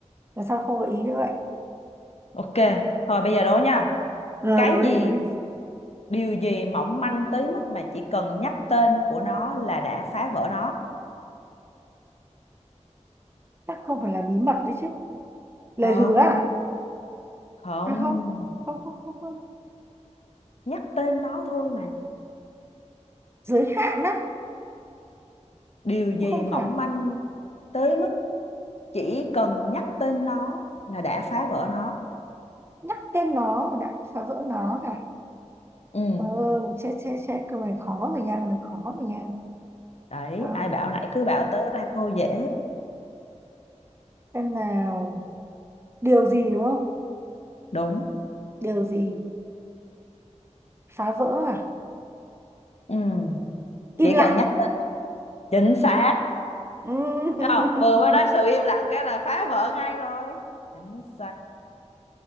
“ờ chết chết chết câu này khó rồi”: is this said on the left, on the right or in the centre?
Right